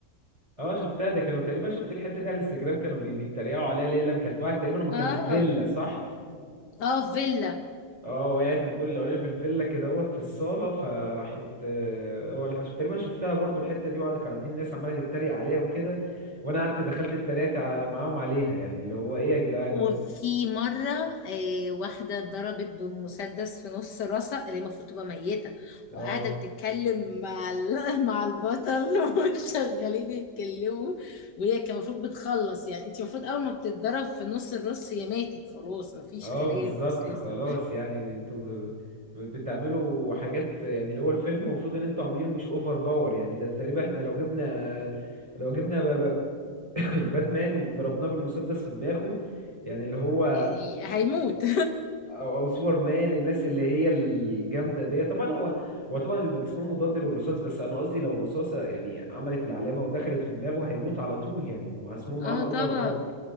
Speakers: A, on the right; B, on the left.
A: اه شفتها ده كانوا تقريبا شفت الحتة دي على الانستجرام كانوا بي... بيتريقوا عليها ليه لما كانت واحد تقريبا
B: <laughs>
A: هم كانوا
B: اه
A: في فيلا صح
B: اه فيلا
A: اه وقعت من الدور الاولاني في الفيلا كده اهوت في الصاله فراحت آه، هو اللي حشف تقريبا شفتها برضو الحته دي وقعدوا كانوا قاعدين الناس عماله تتريق عليها وكده وانا قعدت دخلت اتريقت ع- معاهم عليها يعني اللي هو ايه يا جدعان
B: وفي
A: ده
B: مرة آه، واحدة اتضربت بمسدس في نص راسها اللي هي المفروض تبقى ميتة
A: اه
B: وقاعدة بتتكلم مع ال- <laughs> مع البطل <laughs> وشغالين يتكلموا وهي كان المفروض بتخلص يعني انت المفروض اول ما بتتضرب في نص الراس هي ماتت خلاص مفيش
A: اه
B: كلام
A: بالظبط
B: اساسا
A: خلاص يعني انتوا ب- ب- بتعملوا حاجات يعني اللي هو الفيلم المفروض ان انتوا عاملينه مش اوفر باور يعني ده تقريبا احنا لو جبنا لو جبنا ب- ب- <coughs> باتمان وضربناه بالمسدس في دماغه يعني اللي هو
B: يعني هيموت
A: او او سوبر مان الناس اللي هي الجامده دي طبعا هو هو طبعا بيبقى جسمه مضاد للرصاص بس انا قصدي لو الرصاصه يعني عملت العلامه ودخلت في دماغه هيموت على طول يعني واسمهم
B: <laughs>
A: معاهم
B: اه
A: اوفر
B: طبعا
A: باور